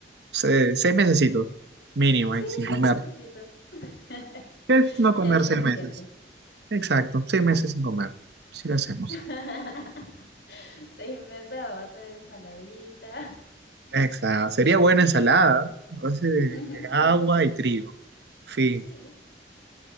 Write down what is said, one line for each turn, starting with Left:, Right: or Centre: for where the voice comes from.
Right: Se- seis mesecitos, mínimo,
Left: Sí,
Right: ahí, sin
Left: seis
Right: comer.
Left: mesecitos. <laughs> <laughs>
Right: Es no comer
Left: Ya es
Right: seis
Left: suficiente.
Right: meses. Exacto, seis meses sin comer. Sí lo hacemos.
Left: <laughs> Seis meses a base de ensaladita.
Right: Exacto. Sería buena ensalada, a base de,
Left: <laughs>
Right: de agua y trigo. Fin.
Left: Sí.